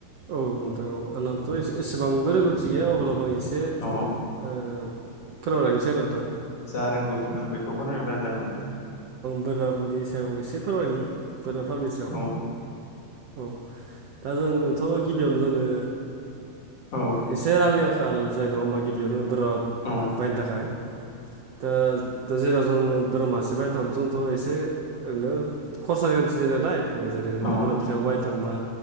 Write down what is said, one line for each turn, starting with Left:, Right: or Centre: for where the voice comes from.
Right: औ नोंथां औ आंनावथ एसेबांबो रोंगौथि गैया अब्लाबो आं एसे एसे
Left: औ
Right: ओ फोरमायलांनोसै आरो नोंथां।
Left: जा रोंगौथि दं बेखौ फोरमायब्लानो जागोन नोंथां।
Right: बोराबनि सायाव एसे फोरमनि बोरा फार्मनि सायाव
Left: औ
Right: औ। दा जोंथ गिबियावनो जोंनो
Left: औ
Right: एसे रांनि खाल जायो नङा होमबा गिबियावनो बोरा
Left: औ
Right: बायनो थाखाय दा दा जेराव जों बोरमा मासेबायनो थांबाथ' जोंथ एसे ओरैनो खरसानि गोनथि जायो नालाय जेरै जों
Left: औ
Right: दा बोरा फिसखौ बायनो थांबा